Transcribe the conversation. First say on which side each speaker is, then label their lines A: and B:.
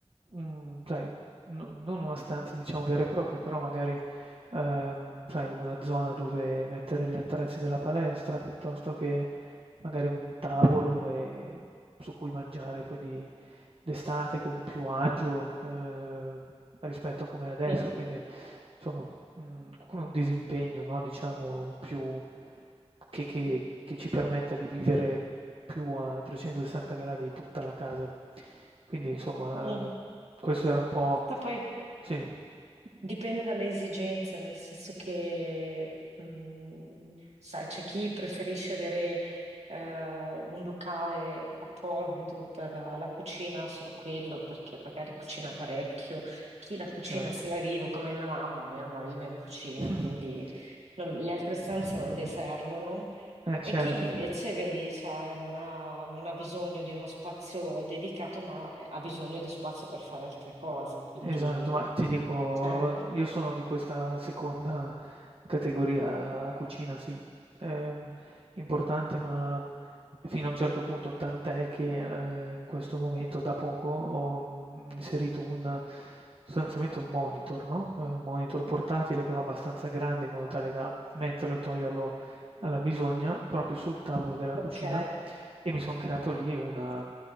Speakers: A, on the right; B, on the right.
A: mhmm, sai, no non una stanza diciamo vera e propria, però magari, ehm, sai una zona dove mettere gli attrezzi della palestra, piuttosto che magari un tavolo, ehm, su cui mangiare poi di d'estate con più agio, ehm, rispetto a com'è adesso.
B: sì.
A: Quindi insomma, mhmm, come un disimpegno, no, diciamo più che che che ci permetta di vivere più a 360 gradi tutta la casa. Quindi insomma,
B: Mm.
A: questo era un po'
B: Ma poi
A: sì,
B: Dipende dalle esigenze, nel senso che, mh, sai, c'è chi preferisce avere eh, un locale apposito per la cucina, solo quello, perché magari cucina parecchio. Chi la cucina
A: certo.
B: se la vive, come mia mamma, mia mamma vive in cucina,
A: <laughs>
B: quindi non- le altre stanze
A: <clears throat>
B: non le servono.
A: Eh certo.
B: E chi invece, vedi, cioè, non ha, non ha bisogno di uno spazio dedicato, ma ha bisogno di spazio per fare altre cose, quindi...
A: Esatto, ma ti dico,
B: cioè,
A: io sono di questa seconda categoria, cucina sì, è importante, ma fino a un certo punto, tant'è che eh, in questo momento da poco ho mm, inserito un, sostanzialmente un monitor, no? Eh, Un monitor portatile però abbastanza grande in modo tale da metterlo e toglierlo alla bisogna proprio sul tavolo della
B: Ok,
A: cucina e mi sono creato lì una,